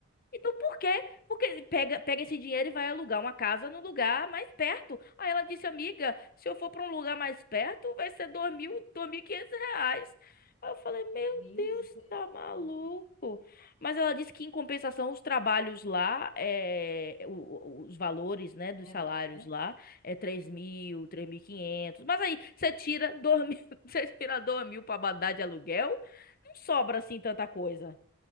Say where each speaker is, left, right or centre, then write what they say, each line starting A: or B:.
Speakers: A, on the left (about 45°); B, on the left (about 70°).
A: então por quê? Porque pega, pega esse dinheiro e vai alugar uma casa no lugar mais perto. Aí ela disse, amiga, se eu for para um lugar mais perto, vai ser dois mil, dois mil e quinhentos reais. Aí eu falei, meu
B: Misericórdia.
A: Deus, tá maluco. Mas ela disse que em compensação os trabalhos lá, é, o- o- os valores, né, dos
B: Ganha
A: salários
B: bem, né?
A: lá é três mil, três mil e quinhentos Mas aí você tira dois mil, <laughs> você tira dois mil para mandar de aluguel, não sobra assim tanta coisa.